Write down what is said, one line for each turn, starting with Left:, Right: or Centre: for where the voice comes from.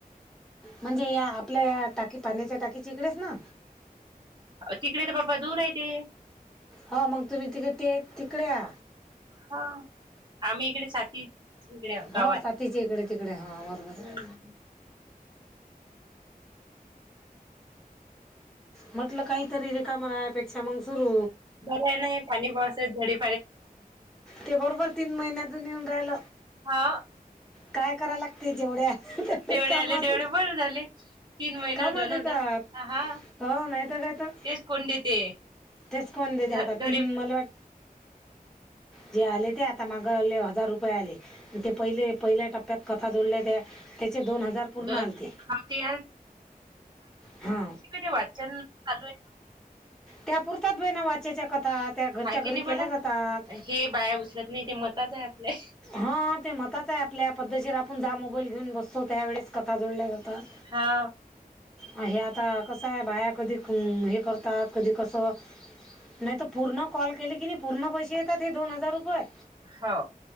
Centre: म्हणजे या आपल्या टाकी पाण्याच्या टाकीचे इकडेच ना
Right: तिकडे तर बाबा दूर आहे ते.
Centre: हा मग तुम्ही तिघे ते तिकडे या.
Right: हा. आम्ही इकडे साती इकडे या
Centre: हो
Right: गावात.
Centre: साथीच्या इकडे तिकडे हां बरोबर आहे
Right: हम्म, हम्म.
Centre: म्हटलं काहीतरी रिकाम्यापेक्षा मग सुरु
Right: बर आहे नाही पाणी पावसा घडी
Centre: ते बरोबर तीन महिन्यातून येऊन राहिल.
Right: हा.
Centre: काय कराय लागते जेवढ्या तेवढे
Right: जेवढे
Centre: कामात
Right: आले तेवढे
Centre: येत-
Right: बर झाले. तीन महिना
Centre: कामात
Right: दोन
Centre: येतात
Right: हजार हा.
Centre: हो नाही तर काय तर
Right: तेच कोण देते?
Centre: तेच कोण देत
Right: घ
Centre: आता
Right: घरी
Centre: तीन मला वाट जे आले ते आता मागले हजार रुपये आले. ते पहिले पहिल्या टप्प्यात कथा जोडल्या त्या त्याचे दोन हजार पूर्ण
Right: दोन
Centre: आलते
Right: खाते
Centre: हा.
Right: काय नाही वाचन चालू आहे.
Centre: त्या पुुरतात बाई ना वाचेच्या कथा त्या घरच्या
Right: हाय
Centre: घरी
Right: की नाही
Centre: केल्या
Right: बरं
Centre: जातात.
Right: हे बाया उचलत नाही ते मताच आहे आपल्या.
Centre: हा ते मताच आहे आपल्या पद्धतीर आपण जा मोबाईल घेऊन बसतो त्यावेेळेस कथा जोडल्या जातात.
Right: हा.
Centre: हे आता कसं आहे बाया कधी अ हे करतात कधी कसं. नाहीतर पूर्ण कॉल केले की नई पूर्ण पैसे येतात हे दोन हजार रुपये.
Right: हो.